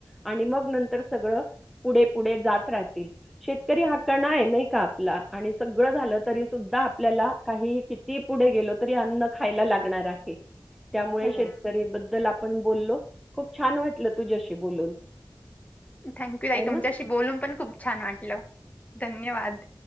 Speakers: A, in the centre; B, on the left.
A: आणि मग नंतर सगळं पुढे पुढे जात राहतील. शेतकरी हा कणा आहे नाही का आपला आणि सगळं झालं तरी सुद्धा आपल्याला काहीही किती पुढे गेलो तरी अन्न खायला लागणार आहे त्यामुळे
B: हो.
A: शेत करी बद्दल आपण बोलो खूप छान वाटलं तुझ्याशी बोलून.
B: थँक्यू ताई
A: है ना?
B: तुमच्याशी बोलून पण खूप छान वाटलं धन्यवाद.